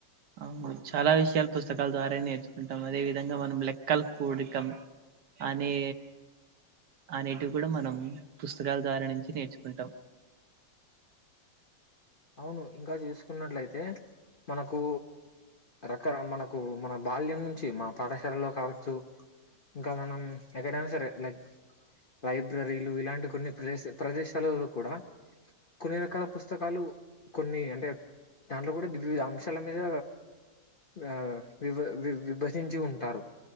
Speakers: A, on the right; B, on the left.
A: అవును చాలా విషయాలు పుస్తకాల ద్వారా నేర్చు ఉంటాం అదే విధంగా మనం లెక్కలు కూడకం అనే అనేటివి కూడా మనం పుస్తకాల ద్వారా నుంచి నేర్చుకుంటాం
B: అవును ఇంకా చూసుకున్నట్లయితే మనకు రకర మనకు మన బాల్యం నుంచి మా పాఠశాలలో కావచ్చు ఇంకా మనం ఎక్కడైనా సరే లైక్ లైబ్రరీలు ఇలాంటి కొన్ని ప్రదేశ ప్రదేశాలలో కూడా కొన్ని రకాల పుస్తకాలు కొన్ని అంటే దాంట్లో కూడా విద్ అంశాల మీద ఆ విభ వి విభజించి ఉంటారు